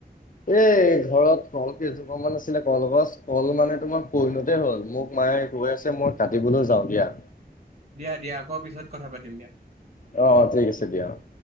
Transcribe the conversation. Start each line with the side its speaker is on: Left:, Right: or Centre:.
Left: এই ঘৰত কলকেইজোপা মান আছিলে কলগছ। কল মানে তোমাৰ পইণতে হ'ল। মোক মায়ে ৰৈ আছে মই কাটিবলৈ যাওঁ দিয়া।
Right: দিয়া, দিয়া আকৌ পিছত কথা পাতিম দিয়া।
Left: অ অ ঠিক আছে দিয়া অ